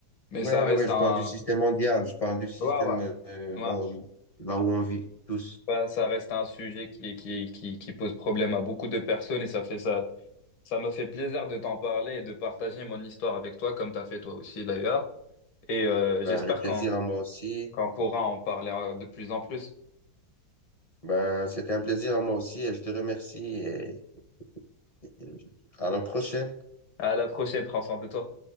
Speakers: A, on the left; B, on the left.
A: Mais
B: Ouais,
A: ça
B: ouais,
A: reste
B: ouais, je
A: un,
B: parle du système mondial, je parle du système
A: ouais, ouais,
B: euh, dans-
A: ouais.
B: là où on vit tous.
A: Bah, ça reste un sujet qui, qui, qui, qui pose problème à beaucoup de personnes et ça fait ça, ça me fait plaisir de t'en parler et de partager mon histoire avec toi, comme t'as fait toi aussi d'ailleurs. Et euh, j'espère
B: Ben, le plaisir
A: qu'on,
B: à moi aussi.
A: qu'on pourra en parler euh, de plus en plus.
B: Ben, c'était un plaisir à moi aussi et je te remercie et et à la prochaine.
A: À la prochaine, prends soin de toi.